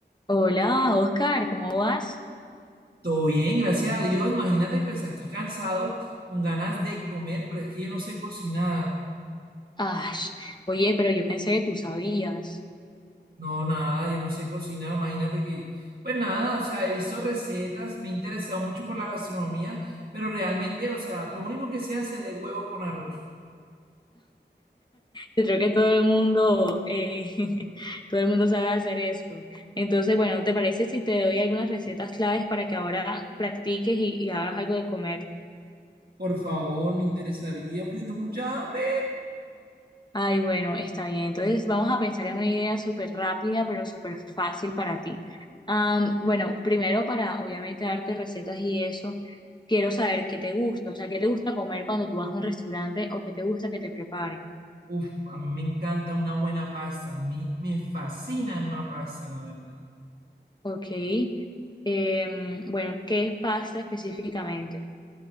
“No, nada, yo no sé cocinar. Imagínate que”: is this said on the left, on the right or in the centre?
Right